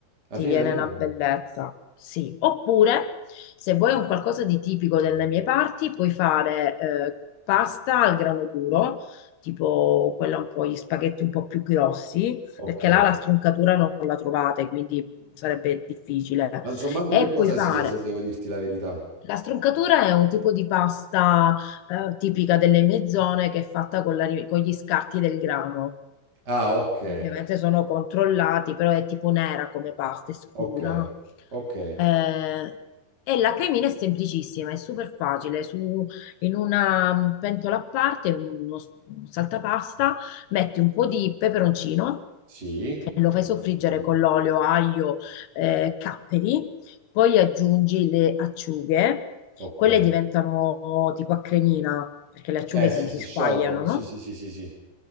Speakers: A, on the right; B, on the left.
A: la
B: ti
A: fine
B: viene
A: del mondo.
B: una bellezza. Sì, oppure se vuoi un qualcosa di tipico delle mie parti, puoi fare eh, pasta al grano duro, tipo quella un po' gli spaghetti un po' più grossi,
A: Ok.
B: perché là la struncatura non la trovate, quindi sarebbe difficile.
A: Non so manco
B: E
A: che cosa
B: puoi fare
A: sia, se devo dirti la verità.
B: la stroncatura è un tipo di pasta eh, tipica delle mie zone che è fatta con la ri- con gli scarti del grano.
A: Ah, ok,
B: Ovviamente sono controllati, però è tipo nera come pasta, è scura.
A: ok,
B: no?
A: ok,
B: Eh, e la cremina è semplicissima, è super facile. Su, in una pentola a parte, uno s- un saltapasta, metti un po' di peperoncino
A: sì,
B: e lo fai soffriggere con l'olio, aglio, eh, capperi, poi aggiungi le acciughe,
A: ok.
B: quelle diventano tipo a cremina, perché le acciughe
A: Eh
B: si,
A: sì, si
B: si squagliano,
A: sciolgono,
B: no?
A: sì, sì, sì, sì, sì.